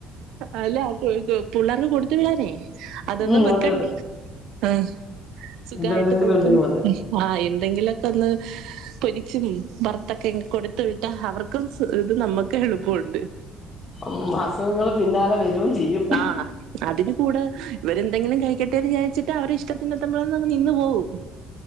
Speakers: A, on the right; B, on the left.
A: അല്ല പുള്ളാർക് കൊടുത്ത് വിടാനയ് അതൊന്നും
B: ഉം
A: വെക്കണ്ട
B: അതെ അതെ
A: ആ സുഖായിട്ട്
B: ഇതെന്തെങ്കിലും
A: നോക്കും
B: ഉണ്ടെങ്കിൽ മതി
A: ആ എന്തെങ്കിലും ലൊക്കൊന്ന് പൊരിച്ചും വറത്തോക്കെ കൊടുത്ത് വിട്ട അവർക്കും സു ഇത് നമ്മ ക്കും എളുപ്പണ്ട്
B: ഉം അസുഖങ്ങള് പിന്നാലെ വരൂം ചെയ്യും
A: ആ ആ അതിന് കൂടെ ഇവരെന്തെങ്കിലും കഴിക്കട്ടെന്ന് വി വിചാരിച്ചിട്ട് അവരെ ഇഷ്ടത്തിനെത്തുമ്പോഴ നിന്ന് പോവും